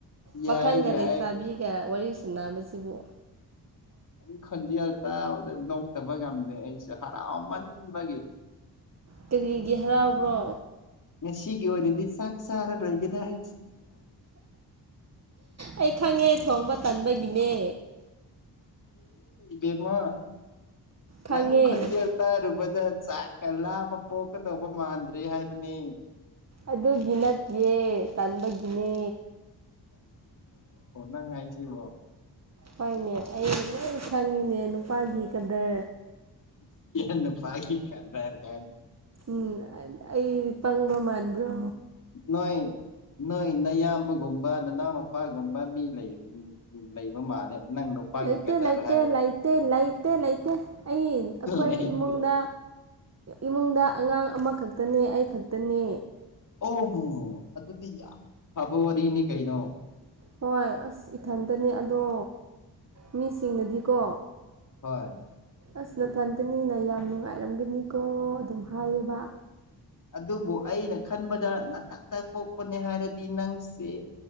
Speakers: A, on the right; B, on the left.
A: ꯄꯥꯈꯪꯒ
B: ꯌꯥꯏ ꯌꯥꯏ
A: ꯂꯩ ꯆꯥꯕꯤꯒ ꯋꯥꯔꯤ ꯄꯩꯁꯅꯕꯁꯤꯕꯨ
B: ꯪ ꯈꯟꯖꯤ ꯍꯥꯏꯇꯥ ꯅꯣꯛꯇꯕ ꯉꯝꯗ ꯑꯩꯁꯦ ꯍꯔꯥꯎꯃꯟꯕꯒꯤ
A: ꯀꯔꯤꯒꯤꯦꯍꯔꯥꯎꯕ꯭ꯔꯣ
B: ꯉ ꯁꯤꯒꯤ ꯑꯣꯏꯅꯗꯤ ꯆꯥꯛ ꯆꯥꯔꯔꯣꯏꯒꯦꯗ ꯍꯥꯏꯁꯦ
A: ꯑꯩ ꯈꯪꯉꯦ ꯊꯣꯡꯕ ꯇꯟꯕꯒꯤꯅꯦ
B: ꯕꯦꯃꯥ
A: ꯈꯪꯉꯦ
B: ꯅꯪ ꯈꯟꯖꯔꯇꯥ ꯔꯨꯕꯗ ꯆꯀꯂ ꯄꯣꯛꯀꯗꯧꯕ ꯃꯥꯟꯗ꯭ꯔꯤ ꯍꯥꯏꯕꯅꯤ
A: ꯑꯗꯨꯒꯤ ꯅꯠꯇꯦ ꯇꯟꯕꯒꯤꯅꯦ
B: ꯑ ꯀꯥꯏ ꯆꯩꯕꯣ
A: ꯍꯣꯏꯅꯦ ꯑꯩ ꯂꯣꯏ ꯁꯪꯉꯤꯅꯦ ꯅꯨꯄꯥꯒꯤꯒꯗ
B: ꯟꯅ ꯐꯥꯀꯤꯤ ꯀꯥꯟ꯭ꯔꯔꯀ
A: ꯎꯝ ꯑꯩ ꯄꯪꯕ ꯃꯥꯟꯕ꯭ꯔꯣ
B: ꯅꯣꯏ ꯅꯣꯏ ꯅꯌꯥꯝꯕꯒꯨꯝꯕ ꯅꯅꯥꯎ ꯃꯨꯄꯥꯒꯨꯝꯕ ꯃꯤ ꯂꯩ ꯂꯩꯕ ꯃꯥꯜꯂꯦ ꯅꯪ ꯅꯨꯄꯥꯒꯤ
A: ꯂꯩ
B: ꯀꯗꯔ
A: ꯂꯩꯇ
B: ꯍꯥꯏꯔꯒ
A: ꯂꯩ ꯂꯩꯇ ꯂꯩ ꯂꯩꯇ ꯂꯩꯇ ꯂꯩ ꯂꯩꯇ ꯑꯩ ꯑꯩꯈꯣꯏ
B: ꯂꯩꯇꯦ
A: ꯏꯃꯨꯡꯗ ꯏꯃꯨꯡꯗ ꯑꯉꯥꯡ ꯑꯃꯈꯛꯇꯅꯦ ꯑꯩꯈꯛꯇꯅꯦ
B: ꯑꯣ ꯑꯗꯨꯗꯤ ꯌꯥꯝ ꯐꯕ ꯋꯥꯔꯤꯅꯤ ꯀꯩꯅꯣ
A: ꯍꯣꯏ ꯑꯁ ꯏꯊꯟꯇꯅꯦ ꯑꯗꯣ ꯃꯤꯁꯤꯡꯅꯗꯤꯀꯣ
B: ꯍꯣꯏ
A: ꯑꯁ ꯅꯊꯟꯇꯅꯤꯅ ꯌꯥꯝ ꯅꯨꯡꯉꯥꯏꯔꯝꯒꯅꯤꯀꯣ ꯑꯗꯨꯝ ꯍꯥꯏꯌꯦꯕ
B: ꯑꯗꯨꯕꯨ ꯑꯩꯅ ꯈꯟꯕꯗ ꯅꯊꯟꯇ ꯄꯣꯛꯄꯅꯦ ꯍꯥꯏꯔꯗꯤ ꯅꯪꯁꯦ